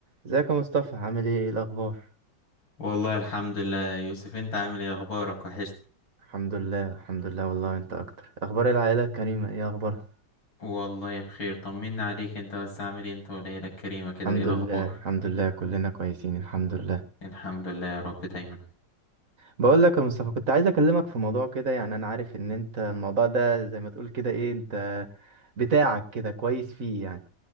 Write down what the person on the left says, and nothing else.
والله الحمد لله يا يوسف انت عامل ايه اخبارك وحشني
والله بخير طمنا عليك انت بس عامل ايه انت والعيلة الكريمة كده
ايه الاخبار
الحمد لله يا رب دايما